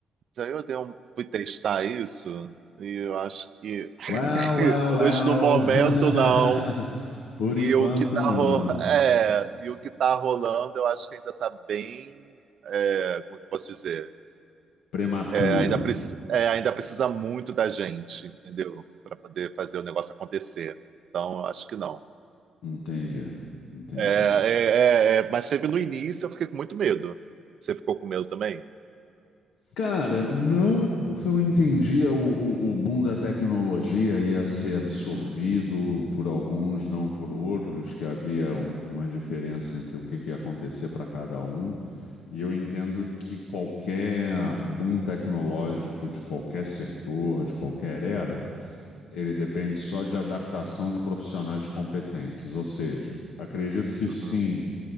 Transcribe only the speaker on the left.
Well, well,
well.
<laughs>
Por
enquanto,
não.
Prematuro.
Entende? Entende.
Cara, não porque eu entendia o, o, o boom da tecnologia ia ser absorvido por alguns, não por outros, que havia um- uma diferença entre o que, que ia acontecer para cada um. E eu entendo que qualquer boom tecnológico de qualquer setor, de qualquer era, ele depende só de adaptação de profissionais competentes. Ou seja, acredito
que sim